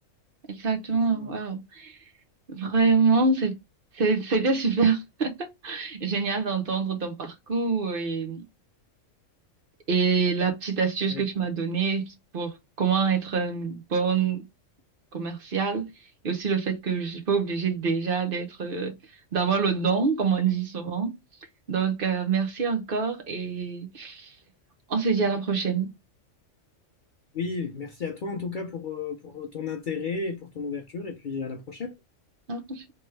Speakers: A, on the right; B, on the left.
A: Exactement,
B: Donc, euh,
A: waouh. Vraiment, c'est, c'est- c'était super <laughs> génial d'entendre ton parcours et, et la petite astuce
B: avec-
A: que tu m'as donnée pour comment être une bonne commerciale et aussi le fait que je suis pas obligée déjà d'être, euh, d'avoir le don, comme on dit souvent. Donc, euh, merci encore et on se dit à la prochaine.
B: Oui, merci à toi en tout cas pour, euh, pour ton intérêt et pour ton ouverture, et puis à la prochaine.
A: Ok.